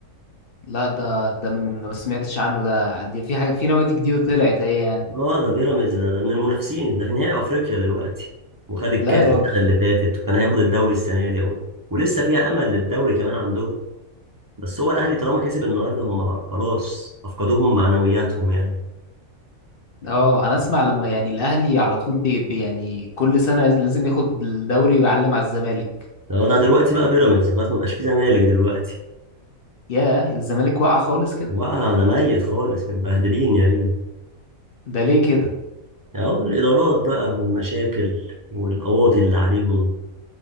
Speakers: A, on the left; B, on the right.
A: لا ده ده من ما سمعتش عنه ده دي في حاجة في نوادي جديدة طلعت اهي يعني
B: اه ده بيراميدز ده, ده من المنافسين ده في نهائي افريقيا دلوقتي وخد الكاس
A: لا يا راجل
B: السنه اللي فاتت وكان هياخد الدوري السنه دي اهو ولسه فيها امل للدوري كمان عندهم بس هو الاهلي طالما كسب النهارده هم خلاص افقدوهم معنوياتهم يعني
A: اه انا اسمع لما يعني الاهلي على طول بي بي- يعني كل سنة لازم ياخد الدوري ويعلم على الزمالك
B: اه ده دلوقتي بقى بيراميدز خلاص ما بقاش في زمالك دلوقتي
A: ياه الزمالك واقع خالص كده
B: وقع ده ميت خالص متبهدلين يا عيني
A: ده ليه كده
B: اهو الادارات بقى والمشاكل والقواضي اللي عليهم